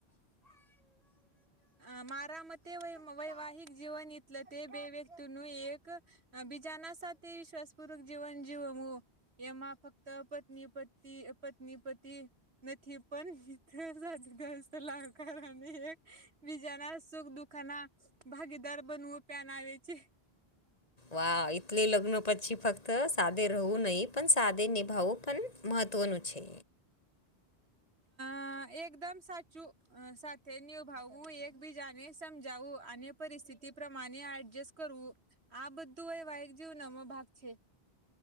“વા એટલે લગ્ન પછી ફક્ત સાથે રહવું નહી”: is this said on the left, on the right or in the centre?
Left